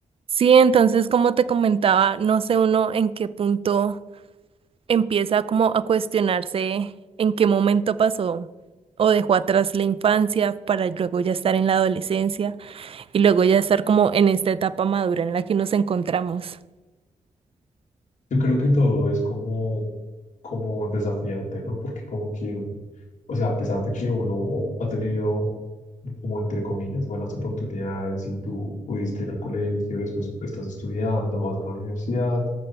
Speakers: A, on the right; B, on the left.
A: Sí, entonces, como te comentaba, no sé uno en qué punto empieza como a cuestionarse en qué momento pasó o dejó atrás la infancia para luego ya estar en la adolescencia y luego ya estar como en esta etapa madura en la que nos encontramos.
B: Yo creo que todo es como, como desafiante, ¿no? Porque como que, un- o sea, a pesar de que uno ha tenido como entre comillas, buenas oportunidades, si tú pudiste ir al colegio, después estás estudiando, vas a la universidad,